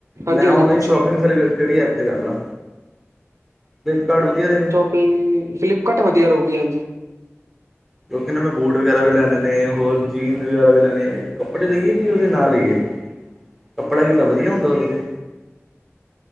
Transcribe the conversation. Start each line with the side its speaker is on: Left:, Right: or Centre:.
Right: ਹਾਂਜੀ
Centre: ਮੈਂ
Right: ਹਾਂਜੀ
Centre: ਔਨਲਾਈਨ
Right: ਪੁੱਛੋ
Centre: 'ਸ਼ੌਪਿੰਗ' ਫਿਰ ਕਿਹੜੀ ਐਪ ਤੇ ਕਰ ਲਾ, ਫਲਿੱਪਕਾਰਟ ਵਧੀਆਂ ਰਹੇਗਾ।
Right: ਫਲਿ 'ਫਲਿੱਪਕਾਰਟ' ਵਧੀਆ ਰਓਗੀ ਹਾਂਜੀ।
Centre: ਕਿਉਂਕਿ ਨਾ ਮੈਂ ਬੂਟ ਵਗੈਰਾ ਵੀ ਲੈਣੇ ਨੇ ਹੋਰ ਜੀਨ ਵਗੈਰਾ ਵੀ ਲੈਣੇ ਨੇ, ਕੱਪੜੇ ਲਈਏ ਕਿ ਓਦੇ ਨਾ ਲਈਏ। ਕੱਪੜਾ ਕਿਦਾ ਵਧੀਆ ਹੁੰਦਾ ਓਦੇ ਤੇ।